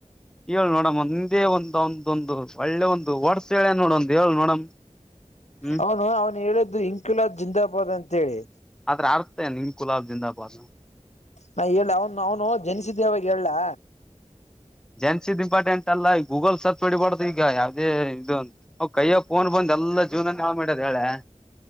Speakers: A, in the centre; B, on the left.
A: ಹೇಳ ನೋಡಮ್ ಒಂದೇ ಒಂದ ಒಂದೊಂದು ಒಳ್ಳೆ ಒಂದು ವಡ್ಸ ಹೇಳ್ಯಾನ್ ನೋಡ ಒಂದ ಹೇಳ ನೋಡಮ್. ಹ್ಮ್
B: ಅವನು ಅವನ ಹೇಳಿದ್ದು ಇಂಕಿಲಾದ್ ಜಿಂದಾಬಾದ್ ಅಂತೇಳಿ.
A: ಅದ್ರ ಅರ್ಥ ಏನ್ ಇಂಕುಲಾಬ್ ಜಿಂದಾಬಾದ್.
B: ನಾ ಹೇಳ ಅವನು ಅವನು ಜನಿಸಿದ್ದೆವಾಗ ಹೇಳ್ಲಾ.
A: ಜನ್ಸಿದ್ ಇಂಪಾರ್ಟೆಂಟ್ ಎಲ್ಲ ಈ ಗೂಗಲ್ ಸರ್ಚ್ ಹೊಡಿಬಾರ್ದ ಈಗ ಯಾವದೇ ಇದು ಅವು ಕೈಯ್ಯಗ್ ಫೋನ್ ಬಂದ ಎಲ್ಲ ಜೀವನನೆ ಹಾಳ್ ಮಾಡದ ಹೇಳ್ಯಾ